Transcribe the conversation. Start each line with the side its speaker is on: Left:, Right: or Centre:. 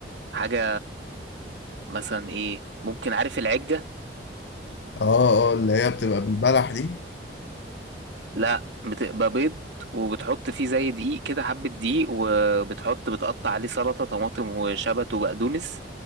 Right: حاجة مثلا ايه ممكن عارف العجة
Left: اه اه اللي هي بتبقى بالبلح دي
Right: لا بتبقى بيض وبتحط فيه زي دقيق كده حبة دقيق وبتحط بتقطع عليه سلطة طماطم وشبت وبقدونس